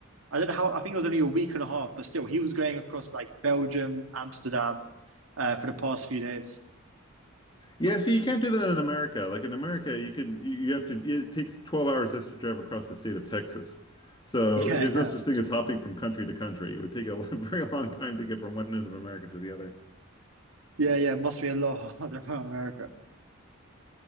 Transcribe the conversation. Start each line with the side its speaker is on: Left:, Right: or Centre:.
Right: I don't know how, I think it was only a week and a half, but still, he was going across like Belgium, Amsterdam, uh, for the past few days.
Left: Yeah, see, you can't do that in America. Like in America, you can you you have to it takes 12 hours just to drive across the state of Texas. So
Right: <laughs>
Left: there's no such thing as hopping from country to country. It would take a <laughs> very long time to get from one end of America to the other.
Right: Yeah, yeah, yeah, yeah. It must be a lot <laughs> harder around America.